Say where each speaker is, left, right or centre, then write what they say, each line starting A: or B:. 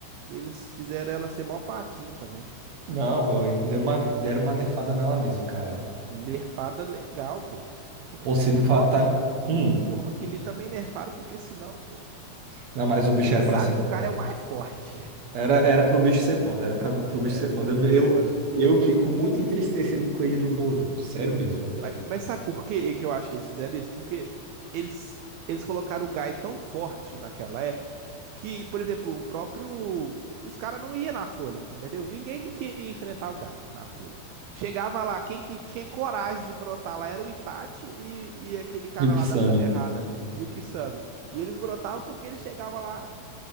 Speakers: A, on the right; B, on the right.
A: Eles fizeram ela ser mó patinho também.
B: Não, foi. Deu uma, deram uma nerfada nela mesmo, cara.
A: Nerfada legal, pô. <laughs>
B: Pô, você me fala.
A: O Rock,
B: Tá... Hum.
A: o Rock Lee também nerfaram, porque senão, pô,
B: Não, mas o bicho
A: ele
B: era
A: sabe
B: pra ser
A: que
B: foda.
A: o cara é o mais forte.
B: Era, era pro bicho ser foda, era pra, pro bicho
A: Era
B: ser foda.
A: pra
B: Eu,
A: ser
B: eu,
A: foda, pô.
B: eu fico muito entristecido com ele no Boruto, sério mesmo.
A: Mas, mas sabe por que que eu acho que eles fizeram isso? Porque eles, eles colocaram o Guy tão forte naquela época que, por exemplo, o próprio. Os caras não iam na Folha, entendeu? Ninguém queria enfrentar o Guy na Folha. Chegava lá, quem que tinha coragem de brotar lá era o Itachi e, e aquele cara
B: Milksami.
A: lá da Samerrada, e o Kisame. E eles brotavam porque eles chegavam lá,